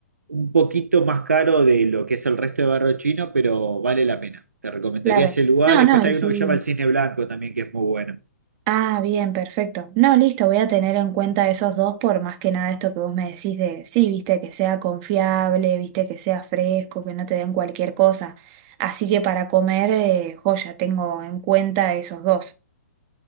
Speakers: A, on the right (about 75°); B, on the right (about 30°).
A: un poquito más caro de lo que es el resto de barrio chino, pero vale la pena. Te recomendaría
B: Claro.
A: ese lugar.
B: No,
A: Y
B: no,
A: después hay
B: y sí.
A: uno que se llama el Cisne Blanco también, que es muy bueno.
B: Ah, bien, perfecto. No, listo, voy a tener en cuenta esos dos por más que nada esto que vos me decís de, sí, viste, que sea confiable, viste, que sea fresco, que no te den cualquier cosa. Así que para comer, eh, joya, tengo en cuenta esos dos.